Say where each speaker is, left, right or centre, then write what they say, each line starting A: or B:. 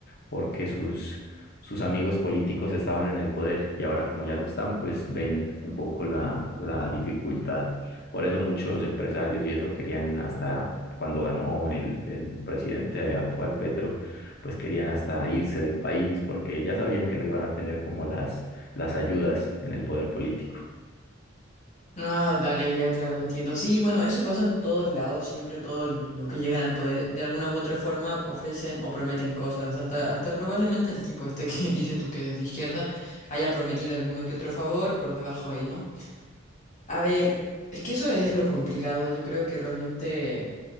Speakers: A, on the left; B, on the left.
A: porque sus, sus amigos políticos estaban en el poder y ahora como ya no están, pues ven un poco la, la dificultad. Por eso muchos empresarios y eso querían hasta cuando ganó el, el presidente actual Petro, pues querían hasta irse del país porque ya sabían que no iban a tener como las, las ayudas en el poder político.
B: Ah, dale, ya claro, entiendo. Sí, bueno, eso pasa en todos lados, siempre todos los los que llegan al poder de alguna u otra forma ofrecen o prometen cosas, hasta, hasta probablemente el tipo este que <laughs> dices tú que es de izquierda haya prometido alguno que otro favor por debajo ahí, ¿no? A ver, es que eso es lo complicado. Yo creo que realmente,